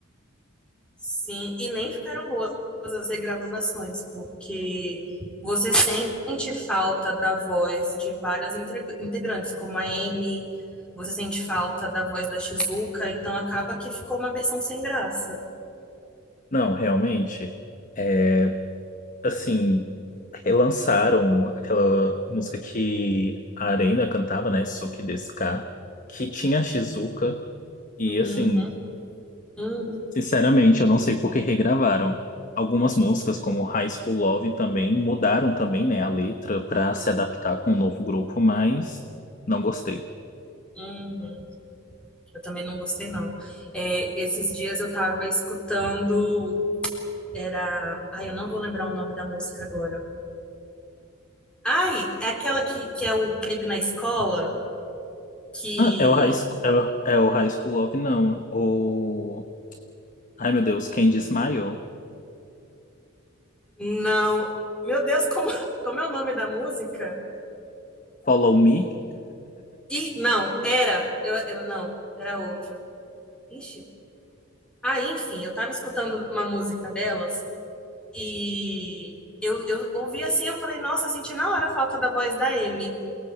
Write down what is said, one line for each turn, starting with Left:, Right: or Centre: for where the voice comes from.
Centre: Sim, e nem ficaram boas as regravações, porque você sente falta da voz de várias integra- integrantes, como a Amy, você sente falta da voz da Shizuka, então acaba que ficou uma versão sem graça.
Left: Não, realmente, é, assim, relançaram aquela música que a Arena cantava, né? Suki Desu Ka, que tinha a Shizuka. E
Centre: Uhum,
Left: assim,
Centre: uhum,
Left: sinceramente, eu não sei por que regravaram. Algumas músicas, como High School Love, também mudaram também, né, a letra para se adaptar com o novo grupo, mas não gostei.
Centre: uhum. Eu também não gostei, não. É, esses dias eu tava escutando, era... Ai, eu não vou lembrar o nome da música agora. Ai, é aquela que, que é o clipe na escola, que...
Left: Ah, é o High, Sch- é o é o High School Love, não. O... Ai, meu Deus, Candy Smile?
Centre: Não. Meu Deus, como, <laughs> como é o nome da música?
Left: Follow Me?
Centre: E não, era. Eu, eu não, era outra. Ixi. Ah, enfim, eu tava escutando uma música delas e eu, eu ouvi assim, eu falei, nossa, senti na hora a falta da voz da Amy,